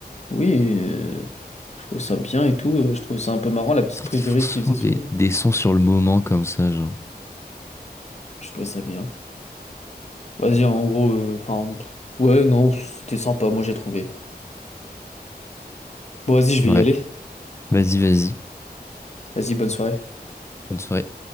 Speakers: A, on the left; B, on the left.
A: Oui, euh, je trouvais ça bien et tout. euh, Je trouvais ça un peu marrant la petite
B: C'est vrai
A: prise
B: qu'ils
A: de
B: font
A: risque
B: souvent
A: qu'ils faisaient sur
B: des,
A: le.
B: des sons sur le moment comme ça, genre.
A: Je trouvais ça bien. Vas-y, en gros, euh, enfin, ouais, non, c'était sympa, moi j'ai trouvé. Bon, vas-y, je vais
B: Ouais.
A: y aller.
B: Vas-y, vas-y.
A: Vas-y, bonne soirée.
B: Bonne soirée.